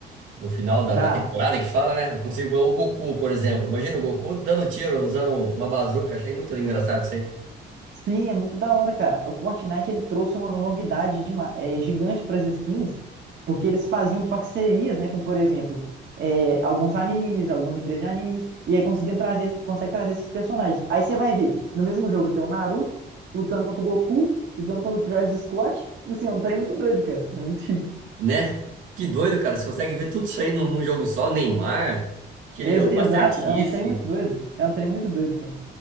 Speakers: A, on the right; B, on the right.
A: no final da,
B: Dá
A: da temporada que fala, né? Eu consigo pôr o Goku, por exemplo. Imagina o Goku dando tiro, usando uma bazuca. Achei muito engraçado isso aí.
B: Sim, é muito da hora, cara. O Fortnite ele trouxe uma novidade de, gigante para as skins, porque eles faziam parcerias, né, com, por exemplo, é, alguns animes, algumas empresas de animes, e aí conseguiam trazer, esse- consegue trazer esses personagens. Aí você vai ver, no mesmo jogo tem o Naruto lutando contra o Goku, lutando contra o Travis Scott. Tipo assim, é um trem muito doido, cara. É muito chique.
A: Né? Que doido, cara. Você consegue ver tudo isso aí num, num jogo só. Neymar, aquele,
B: Ex-
A: o
B: exato,
A: Master Chief.
B: é um trem muito doido. É um trem muito doido, cara.